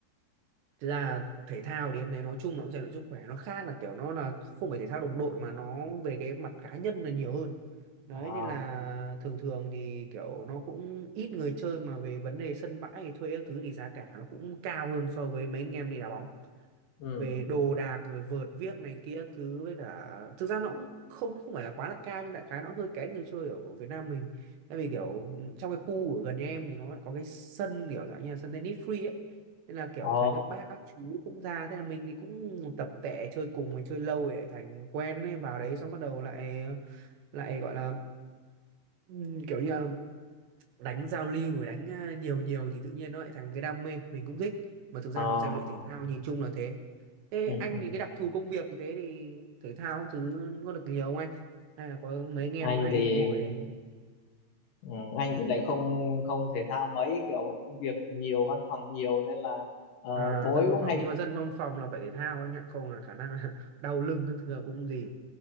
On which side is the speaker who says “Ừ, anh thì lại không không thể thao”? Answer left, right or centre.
Left